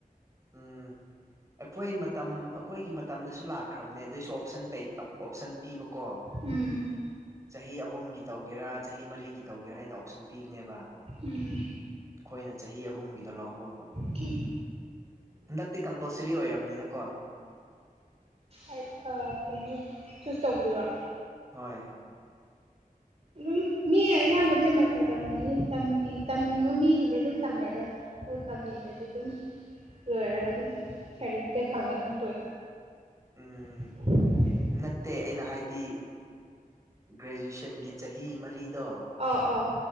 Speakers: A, on the right; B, on the right.
A: ꯎꯝ ꯑꯩꯈꯣꯏ ꯃꯇꯝ ꯑꯩꯈꯣꯏꯒꯤ ꯃꯇꯝꯗꯁꯨ ꯂꯥꯛꯈ꯭ꯔꯕꯅꯦ ꯑꯗꯨꯏꯁꯨ ꯑꯣꯞꯁꯟ ꯂꯩꯕ ꯑꯣꯞꯁꯟ ꯄꯤꯕꯀꯣ
B: ꯎꯝ
A: ꯆꯍꯤ ꯑꯍꯨꯝꯒꯤ ꯇꯧꯒꯦꯔꯥ ꯆꯍꯤ ꯃꯔꯤꯒꯤ ꯇꯧꯒꯦꯔꯥ ꯍꯥꯏꯅ ꯑꯣꯞꯁꯟ ꯄꯤꯕꯅꯦꯕ
B: ꯎꯝ
A: ꯈꯣꯏꯅ ꯆꯍꯤ ꯑꯍꯨꯝꯒꯤꯗꯣ ꯂꯧꯍꯧꯕ
B: ꯀꯤ
A: ꯍꯟꯗꯛꯇꯤ ꯀꯝꯄꯜꯁ꯭ꯔꯤ ꯑꯣꯏꯔꯝꯅꯤꯗꯀꯣ
B: ꯑꯥꯏꯠ ꯑ ꯀꯩꯅꯣ ꯆꯨꯁ ꯇꯧꯕꯗꯨꯔꯣ
A: ꯍꯣꯏ
B: ꯑꯗꯨꯝ ꯃꯤ ꯑꯌꯥꯝꯕꯗꯤ ꯃꯥꯁꯇꯔ ꯇꯝꯅꯩꯌꯦ ꯇꯝꯅꯤꯡꯕ ꯃꯤꯁꯤꯡꯗꯤ ꯑꯗꯨꯝ ꯇꯝꯃꯦ ꯗ ꯑꯗꯨ ꯇꯝꯅꯤꯡꯗꯗꯤ ꯑꯗꯨꯝ ꯂꯣꯏꯔꯒ ꯑꯗꯨꯝ ꯁꯥꯔꯇꯤꯐꯤꯀꯦꯠ ꯐꯪꯉ ꯑꯗꯨꯝ ꯇꯣꯛꯑꯦ
A: ꯎꯝ
B: <inaudible>
A: ꯅꯠꯇꯦ ꯑꯩꯅ ꯍꯥꯏꯗꯤ ꯒ꯭ꯔꯦꯖꯨꯁꯟ ꯇꯤꯟꯒꯤ ꯆꯍꯤ ꯃꯔꯤꯗꯣ
B: ꯑꯧ ꯑꯧ